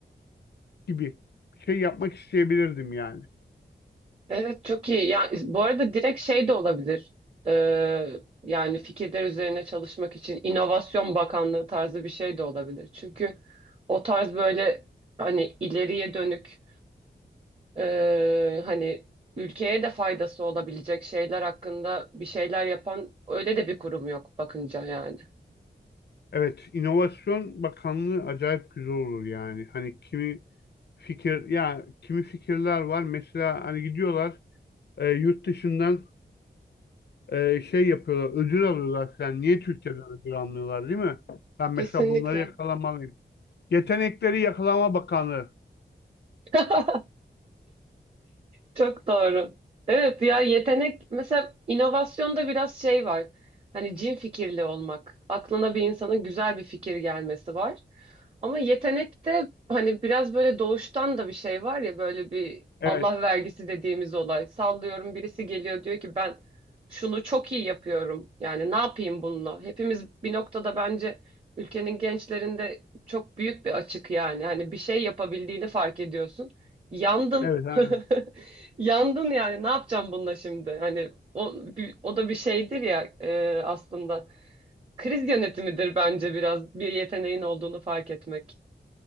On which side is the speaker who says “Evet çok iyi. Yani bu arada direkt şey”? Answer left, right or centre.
Right